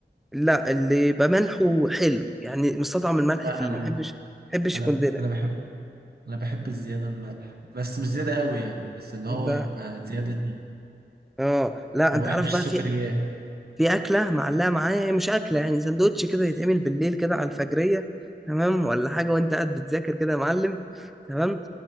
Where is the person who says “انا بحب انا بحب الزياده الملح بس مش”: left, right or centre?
Right